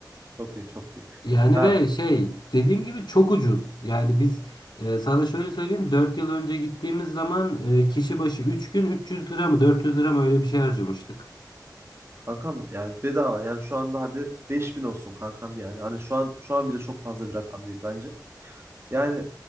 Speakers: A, on the right; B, on the left.
A: Çok iyi. Çok iyi.
B: Yani
A: Ya
B: ve şey dediğim gibi çok ucuz. Yani biz e, sana şöyle söyleyeyim 4 yıl önce gittiğimiz zaman e, kişi başı 3 gün 300 lira mı 400 lira mı öyle bir şey harcamıştık.
A: Kankam yani bedava yani şu anda hadi 5000 olsun kankam yani. Hani şu an şu an bile çok fazla bir rakam değil bence. Yani